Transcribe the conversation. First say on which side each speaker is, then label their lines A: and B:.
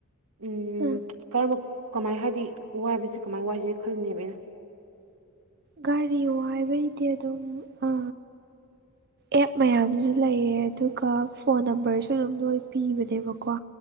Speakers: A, on the right; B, on the right.
A: ꯎꯝ
B: ꯑꯥ
A: ꯀꯃꯥꯏ ꯍꯥꯏꯗꯤ ꯋꯥꯏꯕꯁꯤ ꯀꯃꯥꯏ ꯋꯥꯏꯁꯤ ꯈꯜꯂꯤꯅꯦꯕ ꯑꯩꯅ
B: ꯒꯥꯔꯤ ꯋꯥꯏꯕꯩꯗꯤ ꯑꯗꯨꯝ ꯑ ꯑꯦꯞ ꯃꯌꯥꯝꯁꯨ ꯂꯩꯌꯦ ꯑꯗꯨꯒ ꯐꯣꯟ ꯅꯝꯕꯔꯁꯨ ꯑꯗꯨꯝ ꯂꯣꯏ ꯄꯤꯕꯅꯦꯕꯀꯣ